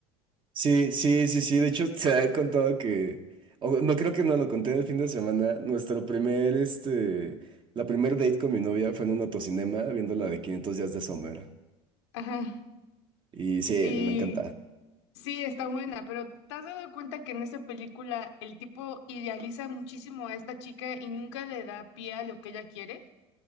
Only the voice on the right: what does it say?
Sí, sí, sí, sí, de hecho se ha contado que, o no creo que no lo conté el fin de semana, nuestro primer, este, la primer date con mi novia fue en un autocinema viendo la de 500 días de Sommer.
Y sí,
me encanta.